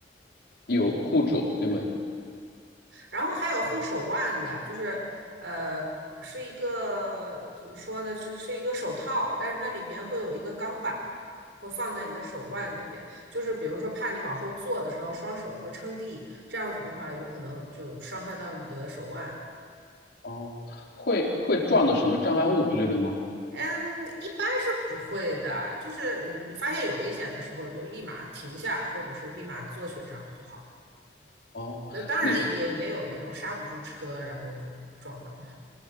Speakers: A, on the left; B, on the right.
A: 有护肘，对吗？
B: 然后还有护手腕的，就是呃，是一个怎么说呢？是是一个手套，但是它里面会有一个钢板，会放在你的手腕那边，就是比如说怕你往后坐的时候双手会撑地，这样子的话有可能就伤害到你的手腕。
A: 哦，会会撞到什么障碍物之类的吗？
B: 嗯，一般是不会的，就是你你发现有危险的时候就立马停下，或者是立马坐雪上就好了。
A: 哦，
B: 那当然也也有那种刹不住车，
A: 你
B: 然后就撞到了。